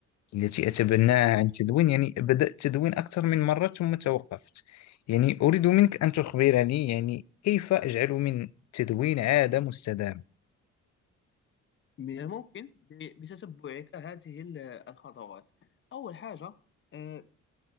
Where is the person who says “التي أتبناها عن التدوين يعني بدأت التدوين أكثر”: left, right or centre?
Left